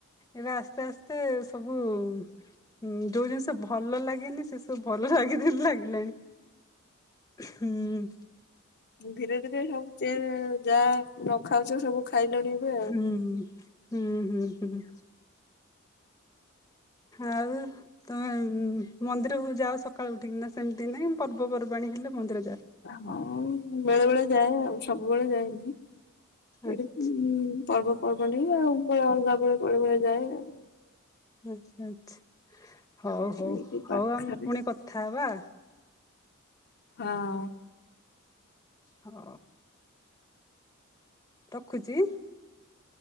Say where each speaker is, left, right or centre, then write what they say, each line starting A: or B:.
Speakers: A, on the left (about 15°); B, on the left (about 55°).
A: ଏବେ ଆସ୍ତେ ଆସ୍ତେ ସବୁ। ହୁଁ ଯୋଉ ଜିନିଷ ଭଲ ଲାଗେନି ସେ ସବୁ ଭଲ ଲା <unintelligible> ଲାଗେ ଣି ହୁଁ।
B: ଧୀରେ ଧୀରେ ସବୁ ଚେ ଯାହା ନ ଖାଉଚ ସବୁ ଖାଇଲଣି ଏବେ
A: ହୁଁ
B: ଆଉ।
A: ହୁଁ ହୁଁ ହୁଁ। ଆଉ ତମେ ମନ୍ଦିରକୁ ଯାଅ ସକାଳୁ ଉଠିକିନା ସେମିତି ନାଇଁ ପର୍ବପର୍ବାଣୀ ହେଲେ ମନ୍ଦିର ଯାଅ
B: ହଁ ବେଳେ ବେଳେ ଯାଏ ଆଉ ସବୁବେଳେ ଯାଏ <unintelligible>
A: ଆଚ୍ଛା
B: ଏଇଠୀ ପର୍ବପର୍ବଣି ଆଉ ଉପ ଉପରେ ଅଲଗା ବ ବଳେ ଯାଏ ଆଉ।
A: ଆଚ୍ଛା ଆଚ୍ଛା ହୋଉ ହୋଉ
B: ଏଇଠି ପାଖରେ
A: ହୋଉ ଆମେ ପୁଣି କଥା ହେବା।
B: ହଁ।
A: ହଁ। ରଖୁଛି।